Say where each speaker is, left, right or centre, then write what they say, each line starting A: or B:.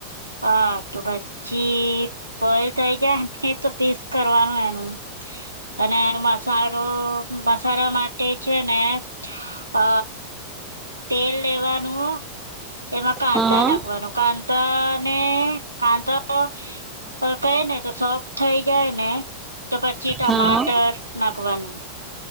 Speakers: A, on the right; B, on the right.
A: હા તો પછી બોઇલ થઈ જાય નહી તો પીસ કરવાનું એનું. અને એનો મસાલો મસાલા માટે છે ને અ તેલ લેવાનું એમાં કાંતા
B: હા
A: નાખવાનું કાંતા અને કાંધા કહે ને તો સોફ્ટ થઈ જાય ને તો પછી ટમાટર
B: હા હા
A: નાખવાનું.